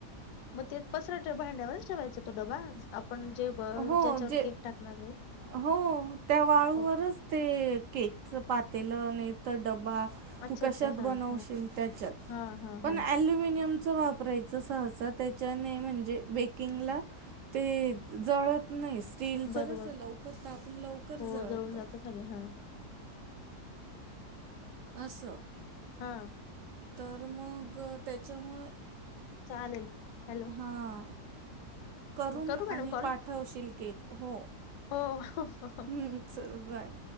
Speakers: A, on the left; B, on the right.
A: म ते पसरट भांड्यावरच ठेवायचा तो डबा आपण जे ब
B: हो,
A: ज्याच्यावर
B: जे
A: केक टाकणार आहे.
B: हो, त्या वाळूवरच
A: ओ
B: ते केकचं पातेलं नाही तर तवा
A: अच्छा
B: तू कशात
A: अच्छा हा
B: बनवशील
A: हा
B: त्याच्यात.
A: हा हा
B: पण
A: हा
B: अल्युमिनियम च वापरायचं सहसा त्याच्याने म्हणजे बेकिंगला ते जळत नाई, स्टीलचं
A: बरोबर
B: जस लवकर तापून लवकर
A: हो
B: जळतं.
A: जळून जातं खाली हा
B: असं
A: हां
B: तर मग त्याच्यामुळे
A: चालेल. हॅलो
B: हां करून
A: करू मॅडम
B: आणि
A: कॉल
B: पाठवशील केक हो.
A: हो
B: हम् च बाय.